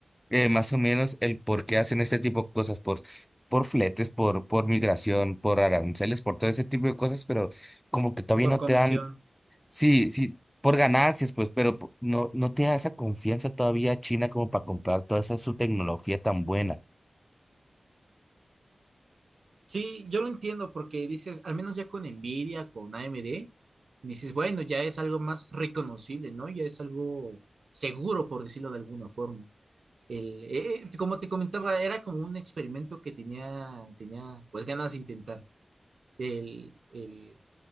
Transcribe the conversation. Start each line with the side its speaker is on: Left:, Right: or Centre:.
Centre: eh, más o menos el por qué hacen este tipo de cosas, por, por fletes, por, por migración, por aranceles, por todo ese tipo de cosas, pero como que todavía
Right: por
Centre: no
Right: comisión.
Centre: te dan Sí, sí, por ganancias, pues, pero po- no, no te da esa confianza todavía China como para comprar toda esa su tecnología tan buena.
Right: Sí, yo lo entiendo porque dices, al menos ya con Nvidia, con AMD, dices, bueno, ya es algo más reconocible, ¿no? Ya es algo seguro, por decirlo de alguna forma. El, eh, eh, como te comentaba, era como un experimento que tenía, tenía pues ganas de intentar. El, el,